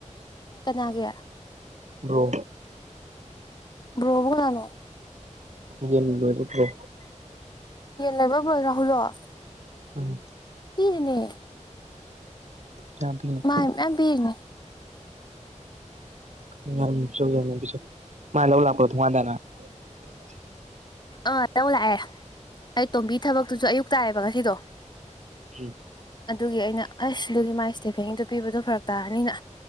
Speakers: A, on the left; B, on the right.
A: ꯀꯅꯥꯒꯤ꯫
B: ꯕ꯭ꯔꯣ
A: ꯕ꯭ꯔꯣꯕꯨ ꯀꯅꯥꯅꯣ
B: ꯌꯦ ꯂꯣꯏꯔꯨꯠꯇ꯭ꯔꯣ꯫
A: ꯌꯦꯟ ꯂꯩꯕ ꯂꯣꯏꯔ ꯍꯧꯂꯣ <inaudible>
B: ꯎꯝ
A: ꯄꯤꯔꯅꯦ
B: ꯀꯄꯤ <inaudible>
A: ꯃꯅ ꯃꯌꯥꯝ ꯕꯤꯔꯤꯅꯦ
B: ꯎꯝ ꯌꯥꯝꯁꯨ ꯌꯥꯝ ꯌꯥꯝꯕꯤ ꯃꯥ ꯂꯧ ꯂꯥꯛꯄ꯭ꯔꯣ <inaudible> ꯊꯣꯉꯥꯟꯗꯥꯅ <unintelligible>
A: ꯑꯥ ꯂꯧ ꯂꯥꯛꯑꯦ ꯑꯩ ꯇꯣꯝꯕꯤ ꯊꯕꯛꯇꯨꯁꯨ ꯑꯌꯨꯛ ꯇꯥꯥꯢꯌꯦꯕ ꯉꯁꯤꯗꯣ
B: ꯎꯝ
A: ꯑꯗꯨꯒꯤ ꯑꯩꯅ ꯑꯁ ꯑꯗꯨꯗꯤ ꯃꯥꯏ ꯏꯁꯇꯦꯐꯦꯟꯒꯤꯗꯨ ꯄꯤꯕꯗꯣ ꯐꯔꯛ ꯇꯥꯔꯅꯤꯅ